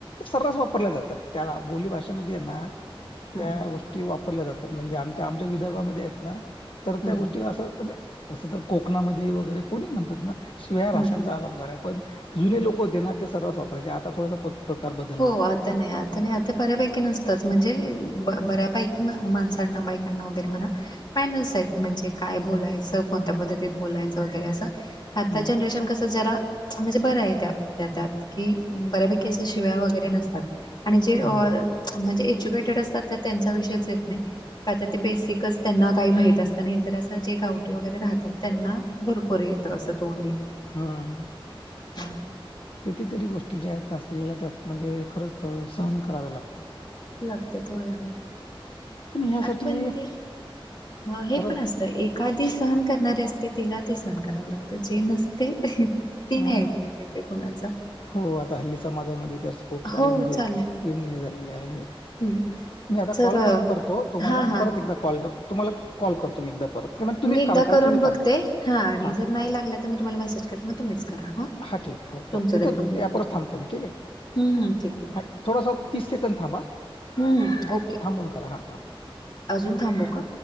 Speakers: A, on the left (about 65°); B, on the left (about 50°).
A: सर्रास वापरल्या जातात, त्या बोली भाषेत मध्ये नाया
B: हम्म
A: गोष्टी वापरल्या जातात. म्हणजे आमच्या आमच्या विदर्भामध्ये आहेत ना तर
B: हम्म
A: त्या गोष्टीला असं म्हणजे तसं तर कोकणामध्ये वगैरे कोणी म्हणतात ना शिवाय या भाषांचा
B: हम्म.
A: अलंकार आहे पण जुने लोक होते ना ते सर्रास वापरायचे. आता थोडसां प प्रकार बदलला
B: हो. आ तर नाही आता नाही आता बऱ्यापैकी नसतच म्हणजे बऱ्यापैकी माणसांना, बायकांना वगैरे म्हणा पाय नस हायत म्हणजे काय बोलायचं, कोणत्या पद्धतीत बोलायचं वगैरे असं आता
A: हम्म
B: जनरेशन कस जरा म्हणजे बरंय त्यातल्या त्यात की, बऱ्यापैकी अस शि्व्या वगैरे नसतात. आणि जे अ
A: हम्म.
B: -म्हणजे एज्युकेटेड असतात तर त्यांचा विषयच येत नाही. काय तर ते बेसिकच त्यांना काही माहित असत नाहीतर असं जे गावटी वगैरे राहतात त्यांना भरपूर येत असं तोंडी.
A: हम्म.
B: <unintelligible>
A: कितीतरी गोष्टी ज्या आहेत ना स्त्रीला त्या म्हणजे खरंच सहन कराववे्या लागतात.
B: लगते होय हो
A: आणि ह्यासाठी
B: आठ पण ते हे
A: खरंच
B: पण असतं एक एखादी सहन करणारे असते तिला ते सहन करावं लागतं जे नसते. ति नाही
A: अ
B: ऐकून घेते कुणाच.
A: हो आता हल्ली समाजामध्ये तर खूप साऱ्या
B: हो
A: म्हणजे
B: चालेल
A: यम्य झालेले आहे.
B: हं.
A: मी आता
B: तर
A: कॉल
B: हां,
A: कट करतो तुम्हाला
B: हां.
A: परत एकदा कॉल बॅक तुम्हाला कॉल करतो मी एकदा परत. किंवा तुम्ही
B: मी
A: एक
B: एकदा
A: काम
B: करून
A: करा तुम्ही
B: बघते
A: करा
B: हा आणि
A: हां
B: जर नाही लागला तर मी तुम्हाला मेसेज करते मग तुम्हीच करा.
A: हा ठीक हो
B: तुमचं
A: हो
B: तरी
A: इथं
B: कंप्लीट
A: गपच
B: करू.
A: थांबतो मी ठीक आहे.
B: हं, हं. ठीक आहे.
A: हा थोडासा तीस सेकड थांबा
B: हं, हं. ओके.
A: थांबून करा हा हा.
B: अजून थांबू का